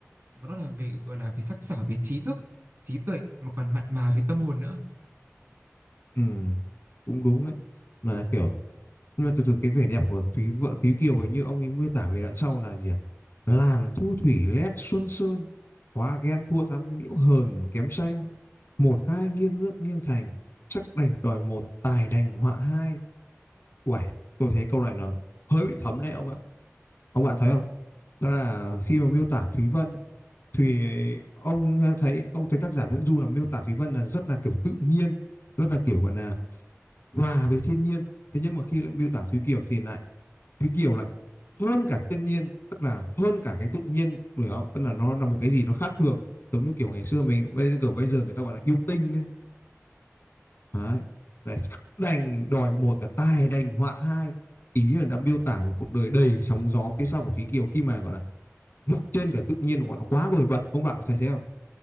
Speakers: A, on the right; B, on the left.
A: và đó là về gọi là về sắc sảo về trí thức trí tuệ mà còn mặn mà về tâm hồn nữa
B: Ừ, cũng đúng đấy. Là kiểu nhưng mà từ từ cái vẻ đẹp của Thúy vợ Thúy Kiều hình như ông ấy miêu tả về đoạn sau là gì à? Làn thu thủy lét xuân sơn, hóa ghen thua thắm nhiễu hờn kém xanh, một hai nghiêng nước nghiêng thành, sắc đành đòi một tài đành họa hai. Uầy, tôi thấy câu này nó hơi bị thấm đấy ông ạ. Ông bạn thấy không? Đó là khi mà miêu tả Thúy Vân thì ông ờ, thấy ông thấy tác giả Nguyễn Du là miêu tả Thúy Vân là rất là kiểu tự nhiên, rất là kiểu gọi là hòa với thiên nhiên thế nhưng mà khi lại miêu tả Thúy Kiều thì lại Thúy Kiều lại hơn cả thiên nhiên tức là hơn cả cái tự nhiên đúng không tức là nó là một cái gì nó khác thường giống như kiểu ngày xưa mình bây giờ kiểu bây giờ người ta gọi là yêu tinh đấy đấy là đành đòi một là tài đành họa hai ý là đã miêu tả một cuộc đời đầy sóng gió phía sau của Thúy Kiều khi mà gọi là vượt trên cả tự nhiên của nó quá nổi bật ông bạn có thấy thế không